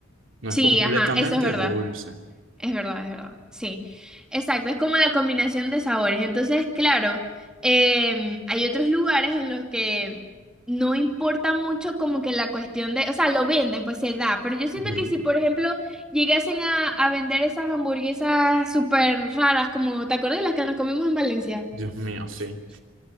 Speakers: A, on the right; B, in the centre.
A: No
B: Sí,
A: es completamente
B: ajá, eso es verdad.
A: dulce.
B: Es verdad, es verdad. Sí, exacto. Es como la combinación de sabores. Entonces, claro, em, hay otros lugares en los que no importa mucho como que la cuestión de, o sea, lo venden, pues se da. Pero yo siento
A: Ujú.
B: que si, por ejemplo, llegasen a, a vender esas hamburguesas súper raras, como, ¿te acuerdas de las que nos comimos en Valencia?
A: Dios mío, sí.